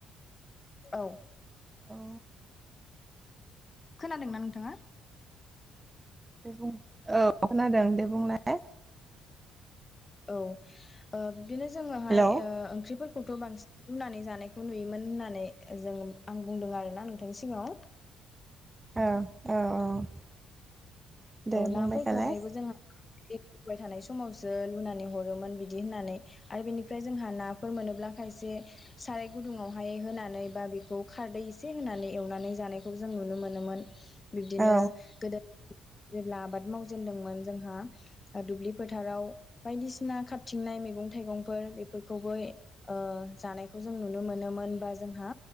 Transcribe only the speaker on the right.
औ
बुं औ खोनादों दे बुंलाय
हेलौ
औ औ औ औ दे
बुंबाय थालाय
औ